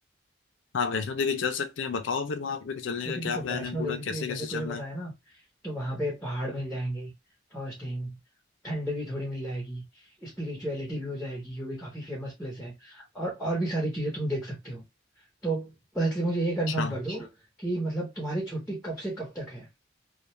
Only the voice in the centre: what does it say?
क्योंकि
देखो
वैष्णो
देवी
पे जैसे
तुम्हें बताया
ना तो वहां पे पहाड़ मिल जाएंगे फर्स्ट थिंग ठंड भी थोड़ी मिल जाएगी स्पिरिचुअलिटी भी हो जाएगी क्योंकि काफी फेमस प्लेस है और और भी सारी चीजें तुम देख सकते हो तो पहले मुझे ये कंफर्म
कर दो अच्छा कि मतलब तुम्हारी छुट्टी कब से कब तक है